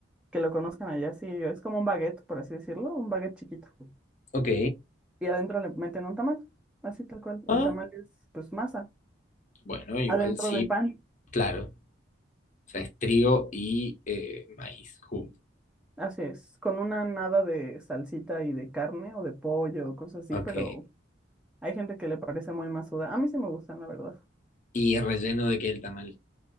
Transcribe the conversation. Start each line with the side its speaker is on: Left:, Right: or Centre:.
Centre: que lo conozcan allá. Sí, es como un baguette, por así decirlo, un baguette chiquito.
Left: ok.
Centre: Y adentro le meten un tamal, así tal cual.
Left: Ah,
Centre: El tamal es pues masa,
Left: bueno, igual
Centre: adentro
Left: sí,
Centre: de pan.
Left: claro. O sea, es trigo y eh, maíz juntos.
Centre: Así es, con una nada de salsita y de carne o de pollo o cosas así,
Left: Ok.
Centre: pero hay gente que le parece muy masuda. A mí sí me gustan, la verdad.
Left: Y relleno de qué el tamal.